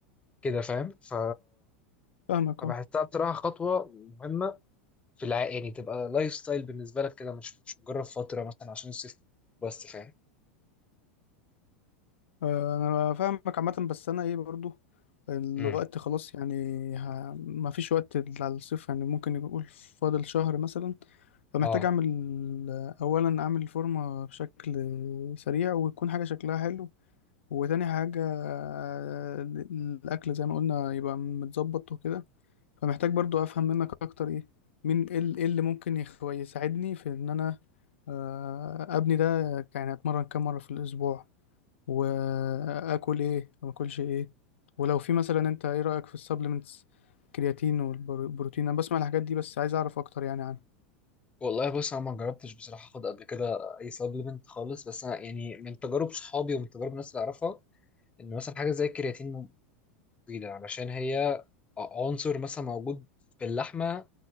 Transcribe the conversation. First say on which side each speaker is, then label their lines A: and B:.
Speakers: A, on the left; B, on the left.
A: كده فاهم ف
B: فاهمك
A: فبحسها
B: اه
A: بصراحه خطوه مهمه في الع... يعني تبقى لايف ستايل بالنسبه لك كده مش مش مجرد فتره مثلا عشان الصيف بس فاهم
B: آه، انا فاهمك عامه بس انا ايه برضو الوقت
A: امم
B: خلاص يعني ه... ما فيش وقت على الصيف يعني ممكن يقول فاضل شهر مثلا فمحتاج
A: اه
B: اعمل اولا اعمل فورمه بشكل سريع ويكون حاجه شكلها حلو وتاني حاجه آه، الاكل زي ما قلنا يبقى متظبط وكده فمحتاج برضو افهم منك اكتر ايه مين ايه ال- إيه اللي ممكن يخ- يساعدني في ان انا آه، ابني ده يعني اتمرن كام مره في الاسبوع واكل ايه وما اكلش ايه ولو في مثلا انت ايه رايك في السبلمنتس كرياتين والبروتين انا بسمع الحاجات دي بس عايز اعرف اكتر يعني عنها
A: والله بص انا ما جربتش بصراحه اخد قبل كده اي سبلمنت خالص بس انا يعني من تجارب صحابي ومن تجارب الناس اللي اعرفها ان مثلا حاجه زي الكرياتين مفيده علشان هي عنصر مثلا موجود في اللحمه